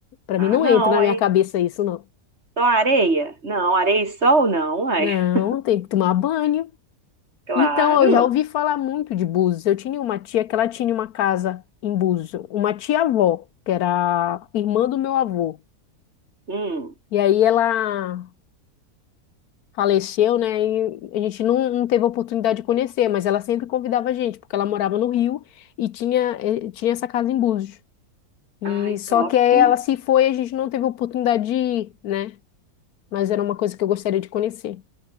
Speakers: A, on the left; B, on the right.
A: Pra
B: Ah,
A: mim não
B: não,
A: entra na
B: aí.
A: minha cabeça isso, não.
B: Só areia? Não, areia e sol não, ai.
A: Não,
B: <laughs>
A: tem que tomar banho.
B: Claro.
A: Então, eu já ouvi falar muito de Búzios. Eu tinha uma tia que ela tinha uma casa em Búzios, uma tia-avó, que era irmã do meu avô.
B: Hum.
A: E aí ela faleceu, né? E a gente não, não teve a oportunidade de conhecer, mas ela sempre convidava a gente, porque ela morava no Rio e tinha, eh, tinha essa casa em Búzios. E
B: Ai,
A: só
B: top,
A: que aí
B: hein?
A: ela se foi, a gente não teve a oportunidade de ir, né? Mas era uma coisa que eu gostaria de conhecer.